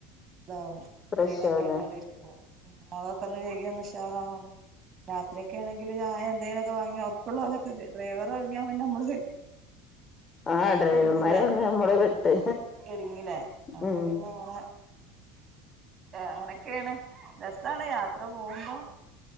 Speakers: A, on the right; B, on the left.
A: ഇതാവും.
B: ഫ്രഷാണ്
A: സൈടാക്കിയാണ്ടവിടെ ഇരിക്കും. മൊഗൊക്കെ ഒന്ന് കഴുകിയൊന്ന് ഉഷാ ഷാറാകും. രാത്രിയൊക്കെ ആണെങ്കില് ചായ എന്തേലൊക്കെ വാങ്ങി ഒർക്കള്ളോലൊക്കെ ഡ്രൈവർ ഒറങ്ങിയാപിന്നെ നമ്മള്
B: ആ ഡ്രൈവർമാരെ
A: കുടുങ്ങില്ലേ
B: നമ്മള് വിട്ട്
A: കെടുങ്ങില്ലേ അപ്പൊ
B: ഉം
A: പിന്നെ അങ്ങനെ അങ്ങനെയൊക്കെയാണ് രസാണ് യാത്ര പോകുമ്പോ.